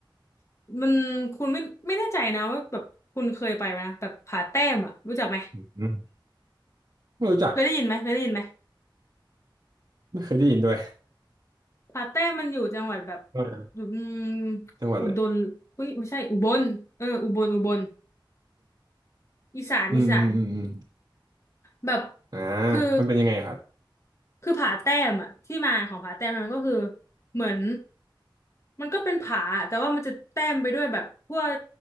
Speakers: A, on the left (about 35°); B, on the right (about 45°).
A: มันคุณไม่ไม่แน่ใจนะว่าแบบคุณเคยไปไหมนะแบบผาแต้มอ่ะรู้จักไหม
B: อืมไม่รู้จัก
A: เคยได้ยินไหมเคยได้ยินไหม
B: ไม่เคยได้ยินด้วย
A: ผาแต้มันอยู่จังหวัดแบบ
B: เออ
A: อยู่อืม
B: จังหวัดเลย
A: อุดรอุ้ยไม่ใช่อุบลเอออุบลอุบลอีสานอีสาน
B: อืมอืมอืมอืม
A: แบบ
B: อ่า
A: คือ
B: มันเป็นยังไงครับ
A: คือผาแต้มอะที่มาของผาแต้มมันก็คือเหมือนมันก็เป็นผาแต่ว่ามันจะแต้มไปด้วยแบบพวก